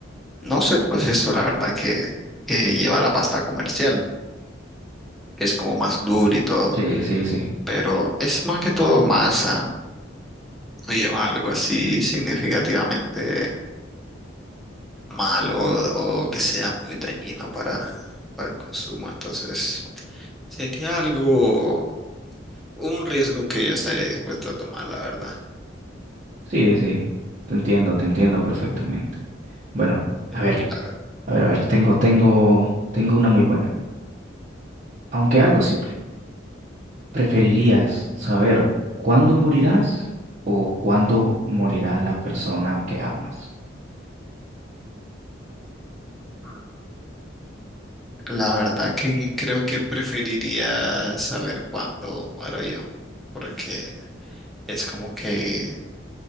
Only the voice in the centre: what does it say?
no sé el proceso, la verdad, que, que lleva la pasta comercial, que es como más dura y todo,
pero es más que todo masa, no lleva algo así significativamente malo o que sea muy dañino para, para el consumo, entonces sería algo, un riesgo que yo estaría dispuesto a tomar, la verdad.
Eh,
claro.
claro. La verdad que creo que preferiría saber cuándo muero yo, porque es como que,